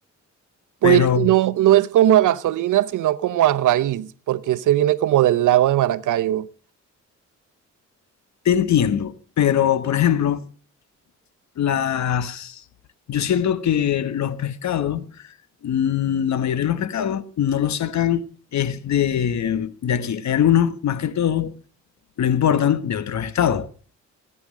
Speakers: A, on the right (about 80°); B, on the left (about 65°).
A: Pues
B: Pero
A: no, no es como a gasolina, sino como a raíz, porque ese viene como del lago de Maracaibo.
B: te entiendo. Pero, por ejemplo, las, yo siento que los pescados, mm, la mayoría de los pescados no los sacan es de, de aquí. Hay algunos, más que todo, lo importan de otros estados,